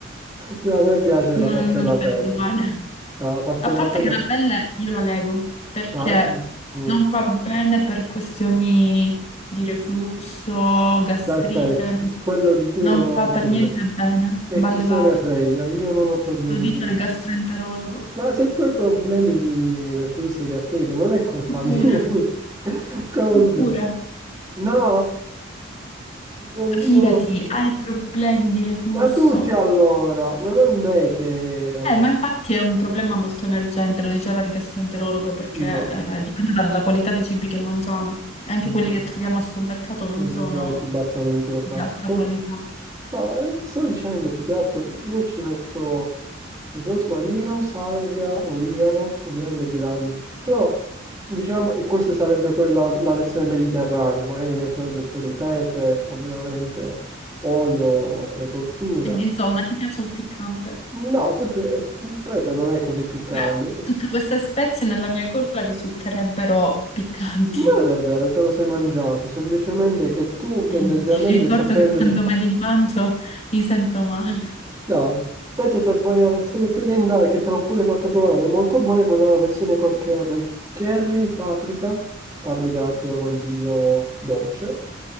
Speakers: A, on the right (about 15°); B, on the left (about 30°).
A: No, a me piace
B: Non,
A: la parte
B: non
A: della
B: la penso
A: pelle.
B: uguale.
A: La parte
B: A parte
A: della pelle...
B: che la pelle io la levo perché
A: no, eh, eh, sì. Mm.
B: non va bene per questioni di reflusso, gastrite,
A: perfetto, quello di cui
B: non
A: non ho
B: fa per
A: problemi.
B: niente bene,
A: E
B: va
A: chi
B: levata.
A: se ne frega, io non ho problemi
B: Lo dice
A: di...
B: il gastroenterologo.
A: Ma se tu hai problemi di reflusso e gastrite, non è colpa
B: Tu pure,
A: mia. <laughs> Comunque,
B: tu pure,
A: no, non,
B: fidati,
A: non ho-
B: hai problemi di reflusso.
A: Ma tutti allora, ma non è che oh,
B: Eh, ma infatti è un problema molto emergente, lo diceva il gastroenterologo, perché
A: io...
B: eh, dipende dalla qualità dei cibi che mangiamo. E anche
A: mm,
B: quelli che troviamo al supermercato non
A: Vabbè,
B: sono
A: già ti bastano le microplastiche.
B: di alta
A: Oh,
B: qualità.
A: No, eh, ti stavo dicendo, più che altro, io ci metto il rosmarino, salvia, origano, ovviamente bilancio. Però, diciamo, e questa sarebbe quella, la versione mediterranea. Magari gli metto anche un po' di pepe, ovviamente olio, precottura.
B: Quindi, insomma, ti piace il piccante?
A: No, che pe- pepe non è così piccante.
B: Beh, tutte queste spezie nella mia gola risulterebbero piccanti.
A: Ma non è vero, te lo sei mangiato, semplicemente che tu tendenzialmente
B: <laughs> Ti ricordo
A: soffrendo
B: che quando
A: di...
B: me li mangio mi sento male.
A: No, invece se vuoi una versione più orientale che te l'ho pure fatta provare, è molto buona quella la versione col curry. Curry, paprika, paprika te lo consiglio dolce,